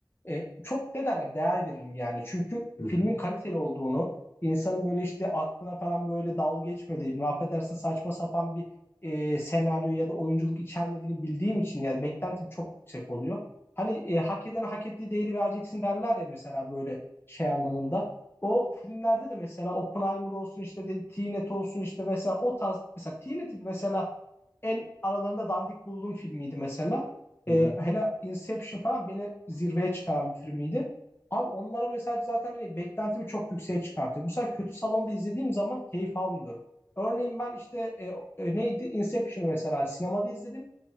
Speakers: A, on the left; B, on the left.
A: E, çok ne derler değer veririm yani. Çünkü
B: Hı hı.
A: filmin kaliteli olduğunu insanın böyle işte aklına falan böyle dalga geçmediğini, affedersin saçma sapan bir e, senaryo ya da oyunculuk içermediğini bildiğim için yani beklentim çok yüksek oluyor. Hani e, hak eden hak ettiği değeri vereceksin derler ya mesela böyle şey anlamında. O filmlerde de mesela Oppenheimer olsun işte de, Tenet olsun işte mesela o tarz mesela Tenet'i mesela en aralarında dandik bulduğum filmiydi mesela.
B: Hı
A: Ee,
B: hı,
A: hele Inception falan beni zirveye çıkaran bir filmiydi. Abi onlara mesela zaten hani beklentimi çok yükseğe çıkartıyor. Bu sefer kötü salonda izlediğim zaman keyif almıyorum. Örneğin ben işte e, e, neydi Inception mesela sinemada izledim